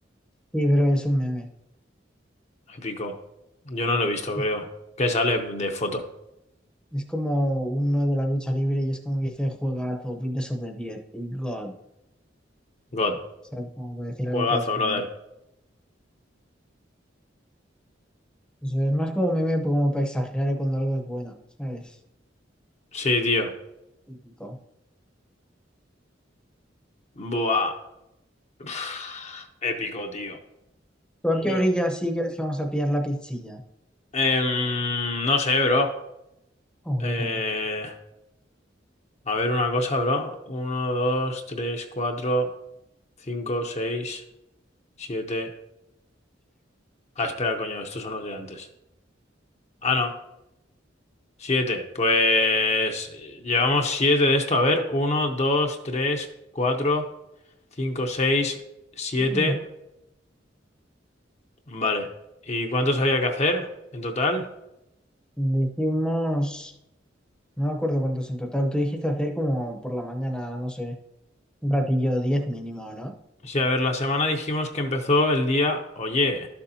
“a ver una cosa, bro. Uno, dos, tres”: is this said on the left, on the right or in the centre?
Left